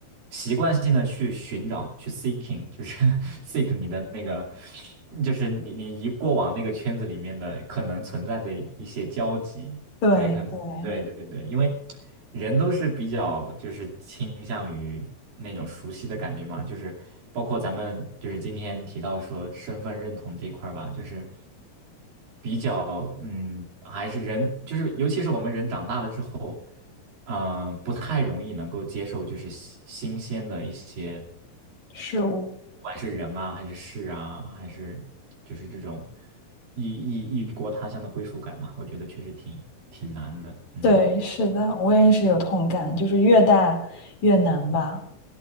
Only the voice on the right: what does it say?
习惯性的去寻找，去 seeking，就是 <laughs> seek 你的那个，就是你你一过往那个圈子里面的可能存在的一些交集，
对，可能对对对，因为人都是比较就是倾向于那种熟悉的感觉嘛，就是包括咱们就是今天提到说身份认同这一块儿吧，就是比较嗯，还是人就是尤其是我们人长大了之后。嗯、不太容易能够接受，就是新新鲜的一些，
不管是人啊，还是事啊，还是就是这种异异异国他乡的归属感嘛，我觉得确实挺挺嗯难嗯的。嗯，